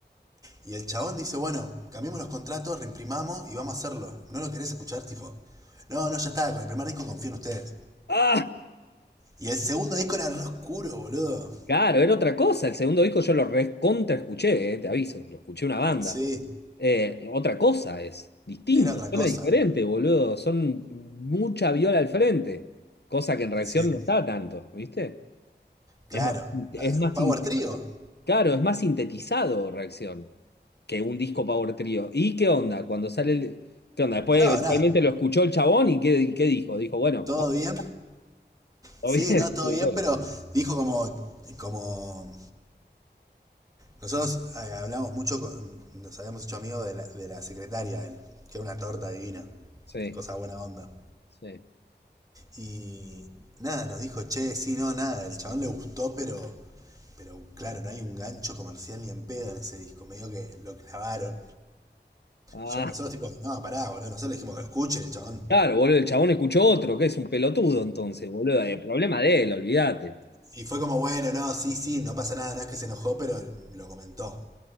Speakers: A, on the right; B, on the left.
A: Y el chabón dice, bueno, cambiemos los contratos, reimprimamos y vamos a hacerlo. ¿No lo querés escuchar? Tipo, no, no, ya está, con el primer disco confío en ustedes.
B: ¡Ah!
A: Y el segundo disco era re oscuro, boludo.
B: Claro, era otra cosa. El segundo disco yo lo recontra escuché, eh, te aviso, lo escuché una banda.
A: Sí,
B: Eh, otra cosa es, distinto,
A: era otra
B: suena
A: cosa.
B: diferente, boludo. Son mucha viola al frente, cosa que en reacción
A: Sí.
B: no está tanto, ¿viste?
A: Claro.
B: Es más, es
A: Eh,
B: más,
A: Power
B: sinte-
A: Trio.
B: claro, es más sintetizado reacción que un disco Power Trio. ¿Y qué onda? Cuando sale el- ¿Qué onda? Después
A: No,
B: eventualmente
A: nada,
B: lo escuchó el chabón y ¿qué, qué dijo? Dijo, bueno,
A: todo
B: vamos,
A: bien.
B: todo
A: Sí,
B: bien.
A: no, todo
B: <laughs> Sí,
A: bien,
B: obvio.
A: pero dijo como, como nosotros eh, hablamos mucho, con- nos habíamos hecho amigos de la, de la secretaria, de él, que era una torta divina,
B: sí.
A: cosa buena onda.
B: sí.
A: Y nada, nos dijo, che, sí, no, nada, el chabón le gustó, pero, pero claro, no hay un gancho comercial ni en pedo en ese disco, medio que lo clavaron.
B: Ah.
A: Yo, nosotros tipo, no, pará, boludo, nosotros le dijimos que lo escuche, el chabón.
B: Claro, boludo, el chabón escuchó otro, que es un pelotudo entonces, boludo. El problema de él, olvídate.
A: Y fue como, bueno, no, sí, sí, no pasa nada, no es que se enojó, pero lo comentó.